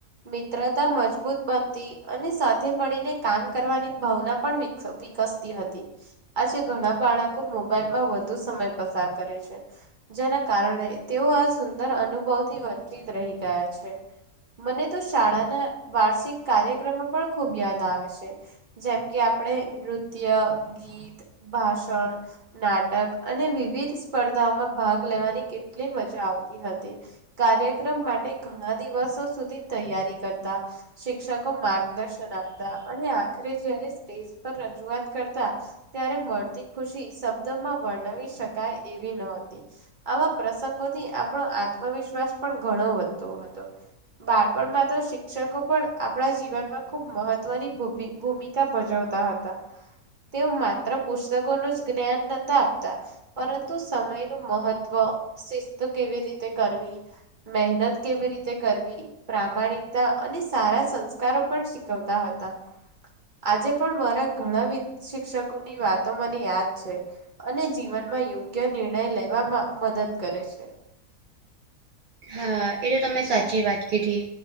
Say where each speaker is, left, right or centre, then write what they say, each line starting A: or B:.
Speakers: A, on the right; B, on the right.
A: મિત્રતા મજબૂત બનતી અને સાથે મળીને કામ કરવાની ભાવના પણ વિક્સતી વિકસતી હતી આજે ઘણા બાળકો મોબાઈલ માં વધુ સમય પસાર કરે છે. જેના કારણે તેઓ આ સુંદર અનુભવથી વંચિત રહી ગયા છે. મને તો શાળાના વાર્ષિક કાર્યક્રમો પણ ખુબ યાદ આવે છે. જેમ કે આપડે નૃત્ય, ગીત, ભાષણ. નાટક અને વિવિધ સ્પર્ધાઓમાં ભાગ લેવાની કેટલી મજા આવતી હતી. કાર્યક્રમ માટે ઘણા દિવસો સુધી તૈયારી કરતા. શિક્ષકો માર્ગદર્શન આપતા અને આખરે જયારે સ્ટેજ પર રજૂઆત કરતા. ત્યારે મળતી ખુશી શબ્દમાં વર્ણવી શકાય એવી ન હતી. આવા પ્રસંગોથી આપણો આત્મવિશ્વાસ પણ ઘણો વધતો હતો. બાળપણમાં તો શિક્ષકો પણ આપણા જીવનમાં ખૂબ મહત્વની ભૂમિ ભૂમિ કા ભજવતા હતા તેઓ માત્ર પુસ્તકોનું જ જ્ઞાન નતા આપતા. પરંતુ સમય નું મહત્વ, શિસ્ત કેવી રીતે કરવી. મહેનત કેવી રીતે કરવી. પ્રામાણિકતા અને સારા સંસ્કારો પણ શીખવતા હતા. આજે પણ મારા ઘણા વિ શિક્ષકોની વાતો મને યાદ છે અને જીવનમાં યોગ્ય નિર્ણય લેવામાં મદદ કરે છે.
B: હા એ તો તમે સાચી વાત કીધી.